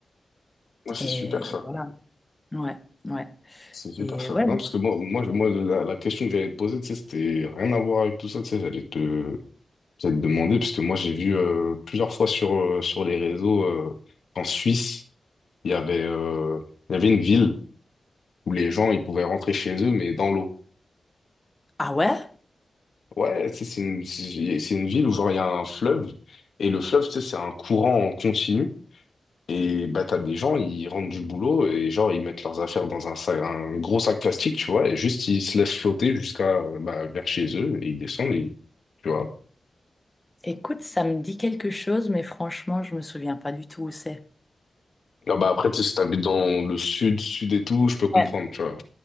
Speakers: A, on the left (about 75°); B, on the left (about 20°).
A: Moi, c'est
B: Et,
A: super ça.
B: et voilà, ouais, ouais,
A: C'est super
B: et
A: ça.
B: ouais.
A: Non, parce que moi, moi, je- moi la, la question que j'allais te poser, tu sais, c'était rien à voir avec tout ça. Tu sais, j'allais te, j'allais te demander, parce que moi, j'ai vu euh, plusieurs fois sur, euh, sur les réseaux euh, en Suisse, il y avait, euh, il y avait une ville où les gens, ils pouvaient rentrer chez eux, mais dans l'eau.
B: Ah ouais?
A: Ouais, tu sais, c'est une, c'est c'est une ville où genre il y a un fleuve et le fleuve, tu sais, c'est un courant en continu et bah t'as des gens, ils rentrent du boulot et genre ils mettent leurs affaires dans un sac, un gros sac plastique, tu vois, et juste ils se laissent flotter jusqu'à euh, bah, vers chez eux et ils descendent, et, tu vois.
B: Écoute, ça me dit quelque chose, mais franchement, je me souviens pas du tout où c'est.
A: Ah bah après, tu sais, si t'habites dans le sud, sud et tout, je peux comprendre,
B: Ouais.
A: tu vois.